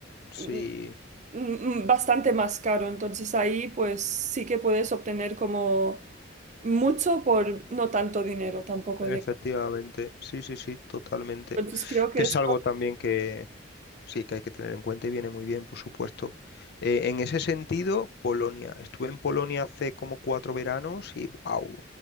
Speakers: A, on the left (about 55°); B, on the right (about 40°).
A: sí,
B: mm, mm, bastante más caro. Entonces ahí pues sí que puedes obtener como mucho por no tanto dinero tampoco,
A: efectivamente,
B: digamos.
A: sí, sí, sí, totalmente.
B: Entonces creo que
A: Que
B: es...
A: es algo también que sí que hay que tener en cuenta y viene muy bien, por supuesto. Eh, en ese sentido, Polonia. Estuve en Polonia hace como cuatro veranos y wow,